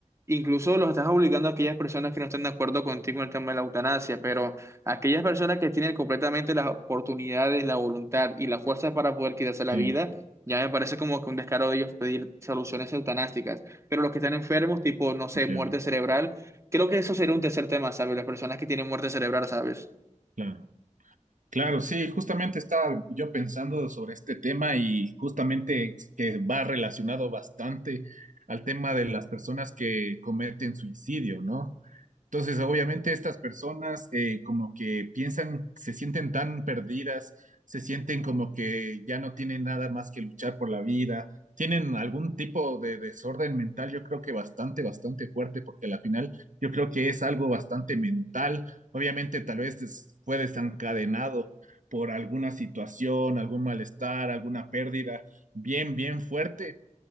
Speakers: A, on the right; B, on the right.
A: incluso los estás obligando a aquellas personas que no están de acuerdo contigo en el tema de la eutanasia, pero... Aquellas personas que tienen completamente las oportunidades, la voluntad y la fuerza para poder quitarse la
B: sí,
A: vida, ya me parece como que un descaro de ellos pedir soluciones eutanásticas. Pero los que están enfermos, tipo, no sé, muerte
B: ya,
A: cerebral, creo que eso sería un tercer tema, ¿sabes? Las personas que tienen muerte cerebral, ¿sabes?
B: claro. Claro, sí, justamente estaba yo pensando sobre este tema y justamente que va relacionado bastante al tema de las personas que cometen suicidio, ¿no? Entonces, obviamente estas personas eh, como que piensan, se sienten tan perdidas, se sienten como que ya no tienen nada más que luchar por la vida, tienen algún tipo de desorden mental, yo creo que bastante, bastante fuerte, porque al final yo creo que es algo bastante mental. Obviamente tal vez des- fue desencadenado por alguna situación, algún malestar, alguna pérdida bien, bien fuerte